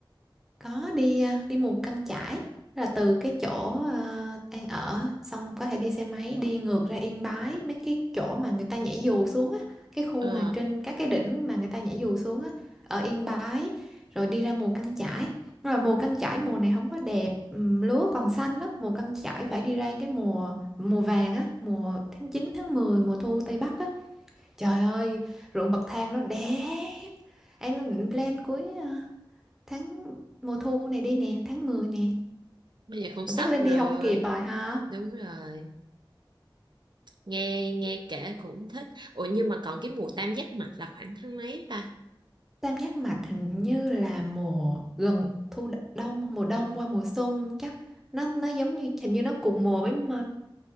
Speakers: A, in the centre; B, on the right.
A: Có đi à, đi mù căng chải là từ cái chỗ à, An ở xong có thể đi xe máy đi ngược ra Yên Bái mấy cái chỗ mà người ta nhảy dù xuống á, cái khu
B: ờ
A: mà trên các cái đỉnh mà người ta nhảy dù xuống á ở Yên Bái rồi đi ra mù căng chải. Rồi mùa căng chải mùa này không có đẹp, ừm, lúa còn xanh lắm, mùa căng chải phải đi ra cái mùa mùa vàng á, mùa tháng 9 tháng 10 mùa thu Tây Bắc á. Trời ơi, ruộng bậc thang nó đẹp. Em định plan cuối ờ, tháng mùa thu này đi nè tháng 10 nè
B: bây giờ cũng
A: Mà
B: sắp
A: chắc lên
B: rồi
A: đi không kịp rồi ha
B: đúng rồi nghe nghe kể cũng thích ủa nhưng mà còn cái mùa tam giác mạch là khoảng tháng mấy ta
A: Tam Giác Mạch hình như là mùa gần thu đ- đông mùa đông qua mùa xuân chắc nó nó giống như hình như nó cùng mùa với m-